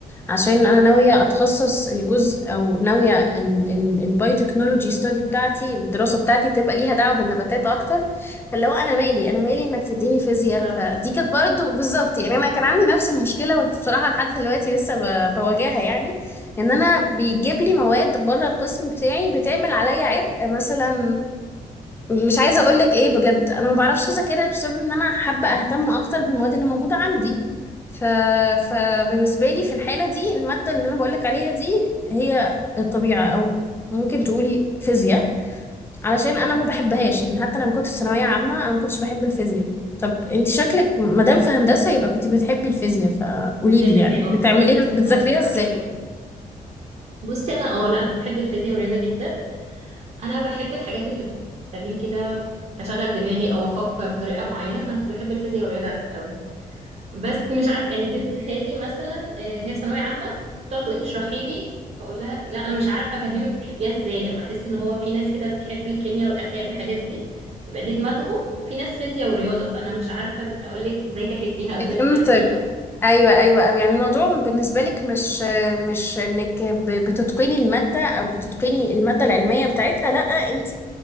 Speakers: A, on the left (about 15°); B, on the right (about 45°).
A: عشان أنا ناوية أتخصص الجزء أو ناوية ال... ال... الباي تكنولوجي ستادي بتاعتي الدراسة بتاعتي تبقى ليها دعوة بالنباتات أكتر فاللي هو أنا مالي أنا مالي إنك تديني فيزياء
B: بالظبط.
A: فدي كانت برضه بالظبط يعني أنا كان عندي نفس المشكلة وبصراحة لحد دلوقتي لسه ب... بواجهها يعني ان انا بيجيب لي مواد بره القسم بتاعي بتعمل عليا عبء مثلا مش عايزه اقول لك ايه بجد انا ما بعرفش اذاكرها بسبب ان انا حابه اهتم اكتر بالمواد اللي موجوده عندي ف... فبالنسبه لي في الحاله دي الماده اللي انا بقول لك عليها دي هي الطبيعه او ممكن تقولي فيزياء علشان انا ما بحبهاش يعني حتى لما كنت في ثانويه عامه انا ما كنتش بحب الفيزياء طب انت شكلك مادام في هندسه يبقى كنت بتحبي الفيزياء فقولي لي
B: الفيزياء
A: يعني بتعمليها
B: اه بصراحه
A: بتذاكريها
B: اه بحب
A: ازاي
B: الفيزياء. بصي انا اه لا انا كنت بحب الفيزياء والرياضه جدا انا بحب الحاجات اللي بتخليني كده اشغل دماغي او افكر بطريقه معينه فانا كنت بحب الفيزياء والرياضه قوي بس مش عارف يعني بنت خالي مثلا آه، هي في ثانويه عامه بتقعد تقول لي اشرحي لي بقول لها لا انا مش عارفه افهمك تحبيها ازاي انا بحس ان هو في ناس كده بتحب الكيمياء والاحياء والحاجات دي يبقى دي دماغهم وفي ناس فيزياء ورياضه فانا مش عارفه اقول لك ازاي تحبيها او
A: فهمت
B: ازاي تذاكريها
A: ايوه ايوه أيوة. يعني الموضوع بالنسبه لك مش مش انك ب- بتتقني الماده او بتتقني الماده العلميه بتاعتها لا انت